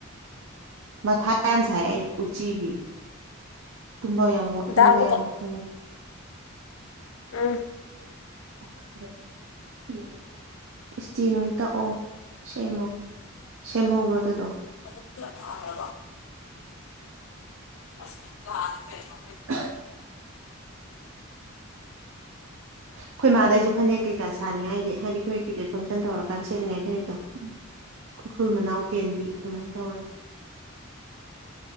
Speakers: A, on the right; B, on the left.
A: ꯃꯊꯥ ꯌꯥꯝ ꯁꯥꯏ ꯑꯩ ꯎꯆꯤꯒꯤ ꯇꯨꯝꯕ ꯌꯥꯝ ꯇꯨꯝꯕ
B: ꯗꯥꯕꯨꯗ
A: ꯌꯥꯝ ꯐꯪꯗ꯭ꯔꯦ
B: ꯎꯝ꯫
A: <unintelligible> ꯏꯁꯇꯤ ꯅꯨꯡ ꯇꯛꯑꯣ ꯁꯦꯝꯃꯣ ꯁꯦꯝꯍꯧꯔꯣ ꯑꯗꯨꯗꯣ
B: <unintelligible> ꯑꯁ ꯅꯍꯥꯟ ꯀꯩꯅꫭꯒꯤ
A: <unintelligible> ꯈꯣꯏ ꯃꯥꯗꯩꯁꯨ ꯐꯅꯦꯛ ꯀꯩꯀꯥ ꯁꯥꯅꯤꯡꯉꯥꯏꯒꯤ ꯍꯥꯏꯗꯤ ꯈꯣꯏ ꯀꯩꯀꯩ ꯐꯪꯁꯟ ꯇꯧꯔꯀꯥꯟ ꯁꯦꯠꯅꯤꯡꯉꯥꯏ ꯐꯅꯦꯛꯇꯣ ꯫ ꯈꯨꯔꯈꯨꯜ ꯃꯅꯥꯎ ꯐꯦꯟꯕꯤ ꯑꯗꯨꯃꯥꯏꯅ ꯇꯧꯔꯒꯦ